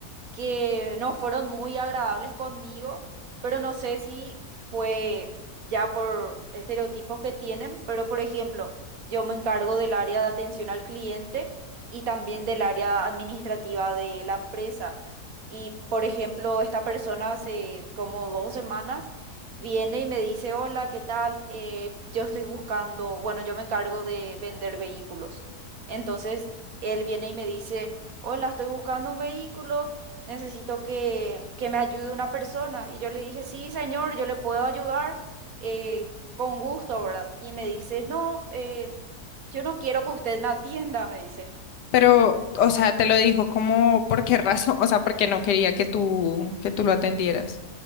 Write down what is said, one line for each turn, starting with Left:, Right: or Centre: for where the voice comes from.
Right: que no fueron muy agradables conmigo, pero no sé si fue ya por estereotipos que tienen, pero por ejemplo, yo me encargo del área de atención al cliente y también del área administrativa de la empresa. Y por ejemplo, esta persona hace como dos semanas viene y me dice, hola, ¿qué tal? Eh, yo estoy buscando, bueno, yo me encargo de vender vehículos. Entonces, él viene y me dice, hola, estoy buscando un vehículo necesito que, que me ayude una persona. Y yo le dije, sí, señor, yo le puedo ayudar eh, con gusto, ¿verdad? Y me dice, no, eh, yo no quiero que usted me atienda, me dice.
Left: Pero, o sea, te lo dijo como, ¿por qué razón? <laughs> O sea, porque no quería que tú, que tú lo atendieras.